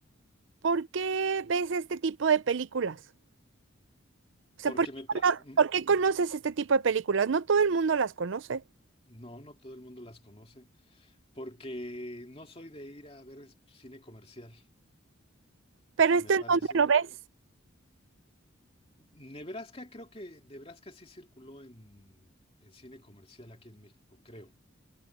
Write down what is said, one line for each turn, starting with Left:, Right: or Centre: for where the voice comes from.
Right: por qué ves este tipo de películas? O sea,
Left: Porque
Right: ¿por
Left: me...
Right: qué,
Left: par-
Right: cono-
Left: mm,
Right: por qué conoces este tipo de películas? No todo el mundo las conoce,
Left: No, no todo el mundo las conoce. porque no soy de ir a ver cine comercial,
Right: pero ¿esto
Left: me parece.
Right: en dónde lo ves?
Left: Nebraska, creo que Nebraska sí circuló en, en cine comercial aquí en México, creo.